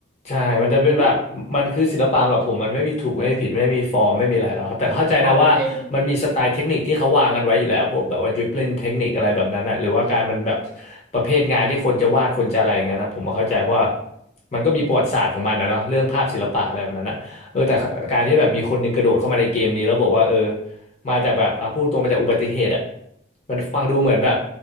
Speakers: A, on the left; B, on the right.
A: ใช่มันจะเป็นแบบมันคือศิลปะสำหรับผมมันไม่มีถูกไม่มีผิดไม่มีฟอร์มไม่มีอะไรแล้วครับแต่เข้าใจนะว่ามันมีสไตล์เทคนิคที่เขาวางกันไว้อยู่แล้วพวกแบบว่าดริบลิ่งเทคนิคอะไรแบบนั้นอะหรือว่าการมันแบบ
B: ่ไม่ได้กรอบอะไรเลย
A: ประเภทงานที่คนจะวาดคนจะอะไรอย่างเงี้ยนะผมก็เข้าใจเพราะว่ามันก็มีประวัติศาสตร์ของมันนะเนาะเรื่องภาพศิลปะอะไรแบบนั้นนะเออแต่การที่แบบมีคนหนึงกระโดดเข้ามาในเกมนี้แล้วบอกว่าเออมาจากแบบอ่ะพูดตรงๆมาจากอุบัติเหตุอะมันฟังดูเหมือนแบบ